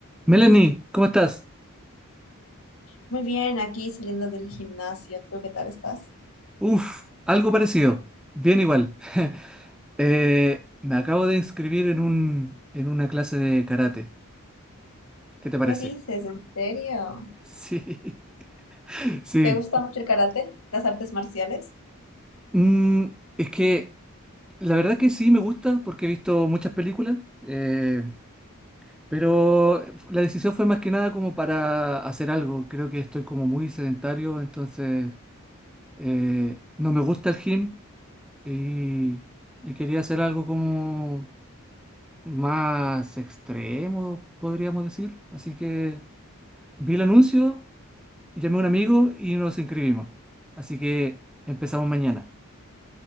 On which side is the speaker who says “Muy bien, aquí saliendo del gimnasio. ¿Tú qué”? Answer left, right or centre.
Left